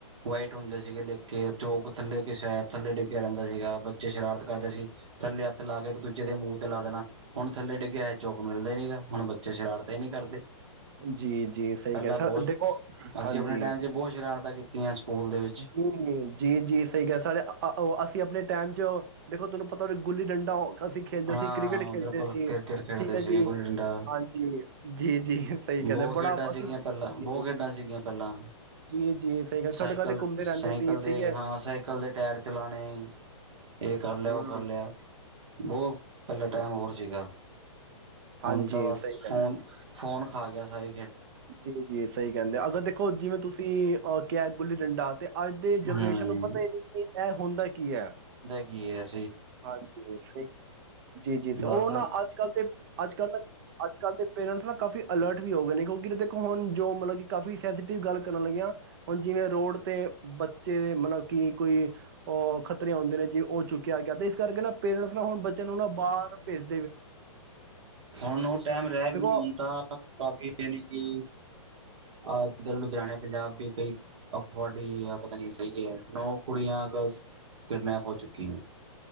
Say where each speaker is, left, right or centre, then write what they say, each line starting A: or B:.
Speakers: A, on the right; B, on the right.
A: ਵਾਈਟ ਹੁੰਦੇ ਸੀਗੇ ਲਿਖ ਚੌਕ ਥੱਲੇ ਕਿਸ ਥੱਲੇ ਡਿੱਗਿਆ ਰਹਿੰਦਾ ਸੀਗਾ ਬੱਚੇ ਸ਼ਰਾਰਤ ਕਰਦੇ ਸੀ ਥੱਲੇ ਹੱਥ ਲਾ ਕੇ ਇੱਕ ਦੂਜੇ ਦੇ ਮੂੰਹ ਤੇ ਲਾ ਦੇਣਾ ਹੁਣ ਥੱਲੇ ਡਿੱਗਿਆ ਇਹ ਚੌਕ ਮਿਲਦੇ ਨੀ ਹੁਣ ਬੱਚੇ ਸ਼ਰਾਰਤ ਨਹੀ ਕਰਦੇ
B: ਜੀ-ਜੀ ਸਹੀ
A: ਪਹਿਲਾਂ
B: ਕਿਹਾ,
A: ਬਹੁਤ
B: ਦੇਖੋ
A: ਅਸੀਂ
B: ਹਾਂਜੀ
A: ਆਪਣੇ ਟਾਈਮ ਬਹੁਤ ਸ਼ਰਾਰਤਾ ਕੀਤੀਆਂ ਸਕੂਲ ਦੇ ਵਿੱਚ
B: ਜੀ ਜੀ ਜੀ ਸਹੀ ਕਿਹਾ ਸਾਡ ਉਹ ਅਸੀਂ ਆਪਣੇ ਟਾਈਮ ਚ ਦੇਖੋ ਤੁਹਾਨੂੰ ਪਤਾ ਉਹੇ ਗੁੱਲੀ ਡੰਡਾ ਅਸੀਂ ਖੇਲਦੇ
A: ਹਾਂ
B: ਸੀ ਕ੍ਰਿਕਟ ਖੇਲਦੇ
A: ਬਿਲਕੁਲ
B: ਸੀ
A: ਕ੍ਰਿਕਟ ਖੇਡਦੇ
B: ਠੀਕ ਹੈ,
A: ਸੀਗੇ
B: ਜੀ
A: ਗੁੱਲੀ ਡੰਡਾ
B: ਹਾਂਜੀ ਜੀ- ਜੀ ਸਹੀ ਕਹਿੰਦੇ
A: ਬਹੁਤ
B: ਬੜਾ
A: ਖੇਡਾਂ ਸੀਗੀਆਂ
B: ਅਸੀਂ
A: ਪਹਿਲਾਂ
B: ਜੀ,
A: ਬਹੁਤ ਖੇਡਾਂ ਸੀਗੀਆਂ ਪਹਿਲਾਂ
B: ਜੀ, ਜੀ ਸਹੀ ਗੱਲ ਸੜਕਾਂ
A: ਸਾਈਕਲ
B: ਤੇ ਘੁੰਮਦੇ ਰਹਿੰਦੇ
A: ਸਾਈਕਲ
B: ਸੀ
A: ਦੇ
B: ਠੀਕ ਹੈ,
A: ਹਾਂ ਸਾਈਕਲ ਦੇ ਟਾਇਰ ਚਲਾਣੇ ਇਹ ਕਰ ਲਿਆ
B: ਹੂੰ,
A: ਉਹ ਕਰ ਲਿਆ ਬਹੁਤ ਪਹਿਲਾ
B: ਜੀ,
A: ਟਾਈਮ ਹੋਰ ਸੀਗਾ
B: ਹਾਂਜੀ
A: ਹੁਣ ਤਾਂ ਬਸ
B: ਸਹੀ ਕਹਿੰਦੇ
A: ਫੋਨ-ਫੋਨ
B: ਹੋ।
A: ਖਾ ਗਿਆ ਸਾਰੇ
B: ਜੀ ਜੀ ਸਹੀ ਗੱਲ ਐ, ਅਗਰ ਦੇਖੋ ਜਿਵੇਂ ਤੁਸੀਂ ਅਹ ਕਿਆ ਗੁੱਲੀ ਡੰਡਾ ਤੇ ਅੱਜ ਦੇ ਜਨਰੇਸ਼ਨ
A: ਹਮ
B: ਨੂੰ ਪਤਾ ਹੀ ਨ੍ਹੀਂ ਕਿ ਇਹ ਹੁੰਦਾ ਕੀ ਹੈ
A: ਯਸ
B: ਹਾਂਜੀ ਜੀ ਜੀ
A: ਬਸ
B: ਉਹ
A: ਹਮ
B: ਨਾ ਅੱਜ ਕੱਲ ਦੇ ਅੱਜ ਕੱਲ ਅੱਜ ਕੱਲ੍ਹ ਦੇ ਪੇਰੈਂਟਸ ਨਾ ਕਾਫੀ ਅਲਰਟ ਵੀ ਹੋ ਗਏ ਨੇ ਕਿਉਂਕਿ ਦੇਖੋ ਹੁਣ ਜੋ ਮਤਲਬ ਕਿ ਕਾਫ਼ੀ ਸੈਂਸਟਿਵ ਗੱਲ ਕਰਨ ਲੱਗੀਆਂ ਹੁਣ ਜਿਵੇਂ ਰੋਡ ਤੇ ਬੱਚੇ ਦੇ ਮਤਲਬ ਕਿ ਕੋਈ ਅ ਖਤਰੇ ਆਉਂਦੇ ਨੇ ਜੀ ਉਹ ਚੁੱਕਿਆ ਗਿਆ ਇਸ ਕਰਕੇ ਨਾ ਪੇਰੈਂਟਸ ਨਾ ਹੁਣ ਬੱਚਿਆਂ ਨੂੰ ਨਾ ਬਾਹਰ ਭੇਜ
A: ਹੁਣ ਉਹ ਟਾਈਮ ਰਹਿ
B: ਦੇਖੋ
A: ਵੀ ਨਹੀਂ ਹੁੰਦਾ ਕਾਫੀ ਯਾਨੀ ਕਿ ਆਧ ਲੁਧਿਆਣੇ ਪੰਜਾਬ ਦੀ ਕਈ ਅ ਪਤ ਨਹੀਂ ਸਹੀ ਹੈ ਨੌ ਕੁੜੀਆਂ ਅ ਕਿਡਨੈਪ ਹੋ ਚੁੱਕੀਆਂ